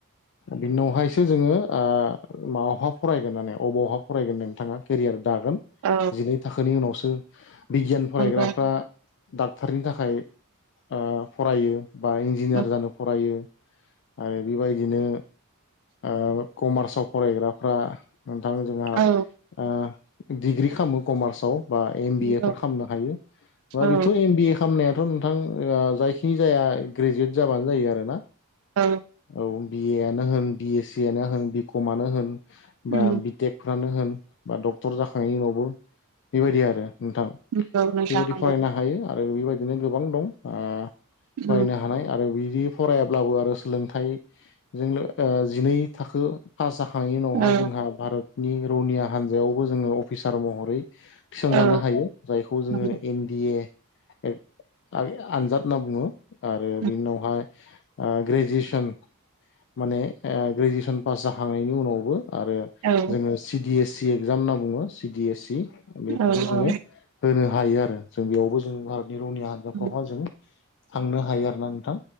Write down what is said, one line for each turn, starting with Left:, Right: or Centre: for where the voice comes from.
Left: बिनि उनावहायसो जोङो ओ मायावहा फरायगोन दानियाव अबावहा फरायगोन नोंथाङा केरियार दागोन
Right: औ
Left: जिनै थाखोनि उनावसो बिगियान फरायग्राफ्रा
Right: नंगौ
Left: डक्ट'रनि थाखाय ओ फरायो। बा इन्जिनियार
Right: उम
Left: जानो फरायो। आरो बेबायदिनो ओ कमार्सआव फरायग्राफ्रा नोंथां जोंहा
Right: औ
Left: ओ डिग्रि खालामो कमार्सआव बा एम बि
Right: नंगौ
Left: ए फोर खालामनो हायो बा
Right: औ
Left: बेथ' एमबिए खालामनाया दाथ' नोंथां ओ जायखिनि जाया ग्रेजुवेट जाबानो जायो आरो ना
Right: औ
Left: औ बिए आनो होन बिए सिआनो होन बि कमानो होन बा
Right: उम
Left: बि टेकफ्रानो होन बा डक्टर जाखांनायनि उनावबो बेबायदि आरो नोंथां
Right: नंगौ नोंथां
Left: बेबायदि
Right: नंगौ
Left: फरायनो हायो। आरो बेबायदिनो गोबां दं ओ
Right: उम
Left: बायनो हानाय आरो बि दि फरायाब्लाबो आरो सोलोंथाइ जोंलो ओ जिनै थाखो पास जाखांनायनि उनावहा
Right: औ
Left: जोंहा भारतनि रौनिया हान्जायावबो जोङो अफिसार महरै थिसनजानो
Right: औ
Left: हायो जायखौ जोङो
Right: नंगौ
Left: एन डि ए ओ अगेन आनजाद होनना बुङो आरो
Right: उम
Left: बिनि उनावहाय ओ ग्रेजुवेसन माने ग्रेजुवेसन पास जाखांनायनि उनावबो आरो
Right: औ
Left: जोङो C D S C exam होनना बुङो सिडि एस सि बेफोरखौ
Right: औ
Left: जोङो
Right: औ
Left: होनो हायो आरो जों बेयावबो जों भारतनि रौनि हान्जाफ्रावहा
Right: उम
Left: जों थांनो हायो आरोना नोंथां